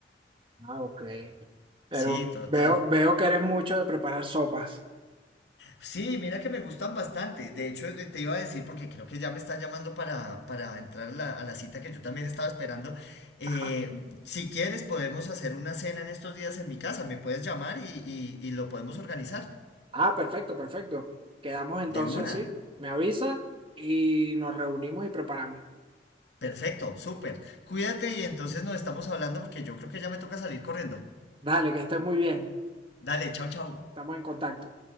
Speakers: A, on the right; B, on the left.
A: Ah, ok. Pero
B: Sí, total.
A: veo, veo que eres mucho de preparar sopas.
B: Sí, mira que me gustan bastante. De hecho, eh, te iba a decir, porque creo que ya me está llamando para, para entrar a la, a la cita que yo también estaba esperando. Eh,
A: Ajá.
B: si quieres, podemos hacer una cena en estos días en mi casa. Me puedes llamar y, y- y lo podemos organizar.
A: Ah, perfecto, perfecto. Quedamos entonces
B: De una.
A: así. Me avisa y nos reunimos y preparamos.
B: Perfecto, súper. Cuídate y entonces nos estamos hablando porque yo creo que ya me toca salir corriendo.
A: Dale, que estés muy bien.
B: Dale, chao, chao.
A: Estamos en contacto.